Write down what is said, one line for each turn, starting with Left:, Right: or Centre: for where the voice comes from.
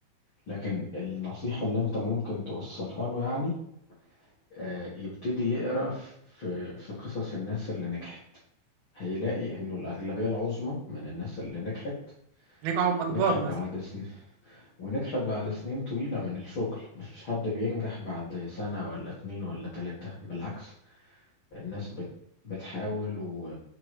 Left: لكن النصيحة اللي انت ممكن توصلها له يعني آه، يبتدي يقرأ ف- في في قصص الناس اللي نجحت هيلاقي انه الأغلبية العظمى من الناس اللي نجحت
Right: نجحوا هم كبار
Left: نجحت
Right: مثلا
Left: بعد سنين ونجحت بعد سنين طويلة من الشغل مفيش حد بينجح بعد سنة ولا اتنين ولا تلاتة بالعكس الناس بت بتحاول و...